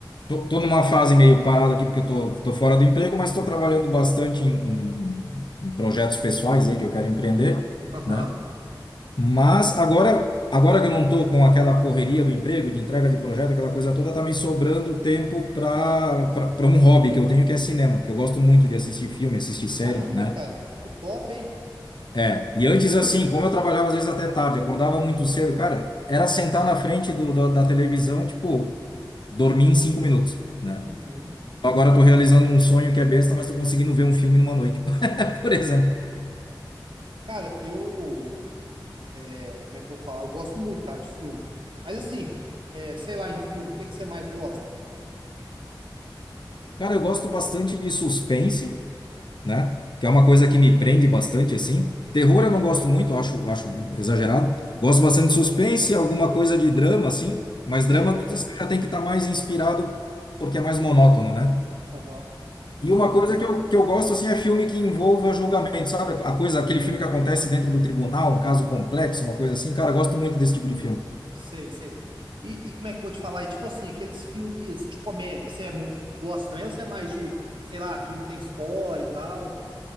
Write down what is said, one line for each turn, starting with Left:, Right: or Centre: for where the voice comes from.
Left: tô, tô numa fase meio parada aqui, porque eu tô, tô fora do emprego, mas tô trabalhando bastante em, em- em projetos pessoais aí que eu quero empreender,
Right: Aham.
Left: né? Mas agora, agora que eu não tô com aquela correria do emprego, de entrega de projeto, aquela coisa toda, tá me sobrando tempo para para um hobby que eu tenho, que é cinema, que eu gosto muito de assistir filme, assistir série,
Right: Caramba,
Left: né?
Right: cara. Que top, hein?
Left: É, e antes assim, como eu trabalhava às vezes até tarde, acordava muito cedo, cara, era sentar na frente do, da, da televisão, tipo, dormir em cinco minutos, né?
Right: Uhum.
Left: Agora eu tô realizando um sonho que é besta, mas tô conseguindo ver um filme numa noite, <laughs> por exemplo.
Right: Cara, eu... é, como é que eu vou falar? Eu gosto muito, cara, de filme. Mas assim, é, sei lá, em filme, o que que você mais gosta?
Left: Cara, eu gosto bastante de suspense, né? Que é uma coisa que me prende bastante, assim. Terror eu não gosto muito, acho, acho exagerado. Gosto bastante de suspense, alguma coisa de drama, assim, mas
Right: Sei.
Left: drama tu- você já tem que estar mais inspirado porque é mais monótono, né?
Right: Aham.
Left: E uma coisa que eu, que eu gosto assim é filme que envolva julgamento, sabe? A coisa, aquele filme que acontece dentro do tribunal, um caso complexo, uma coisa assim. Cara, eu gosto muito desse tipo de filme.
Right: Sei, sei. E, e como é que eu vou te falar? E tipo assim, aqueles filmes de comédia, você é muito, gosta também ou você é mais de, sei lá, filme que tem história e tal?